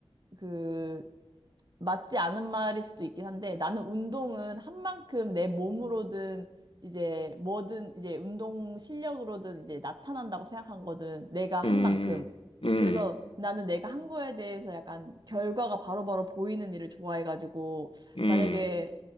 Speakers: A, on the right; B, on the left.
A: 그, 맞지 않은 말일 수도 있긴 한데 나는 운동은 한 만큼 내 몸으로든 이제 뭐든 이제 운동 실력으로든 이제 나타난다고 생각한거든 내가 한
B: 음.
A: 만큼.
B: 음.
A: 그래서 나는 내가 한 거에 대해서 약간 결과가 바로바로 보이는 일을 좋아해가지고
B: 음.
A: 만약에